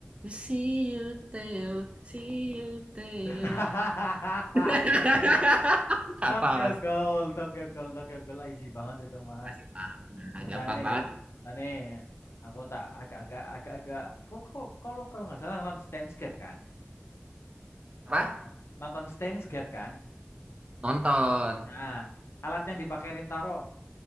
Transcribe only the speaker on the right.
See you, Theo. See you, Theo.
<laughs>
Apa mas?
Kasih tangan.
gampang
banget.
Apa?
Nonton.